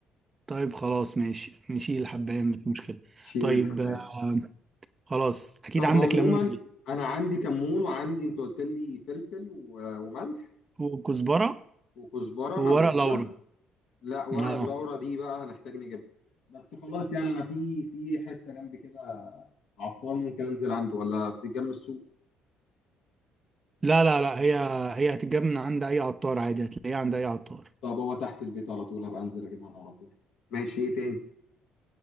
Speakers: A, on the right (about 30°); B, on the left (about 70°).
A: طيب خلاص ماشي نشيل الحبهان مش مشكلة
B: شيل
A: طيب
B: الحباية
A: آه خلاص اكيد
B: طب
A: عندك
B: عموما
A: ليمون
B: انا عندي كمون وعندي انت قلت لي فلفل و- وملح
A: وكزبرة
B: وكزبرة
A: وورق
B: موجودة
A: لورا
B: لا ورق
A: اه
B: اللورا دي بقى هنحتاج نجيبها بس خلاص يعني انا في في حتة جنبي كده عطار ممكن انزل عنده ولا بتتجمع السوق
A: لا لا لا هي هي هتتجاب من عند اي عطار عادي هتلاقيها عند اي عطار
B: طب هو تحت البيت على طول هبقى انزل اجيبها أنا على طول ماشي ايه تاني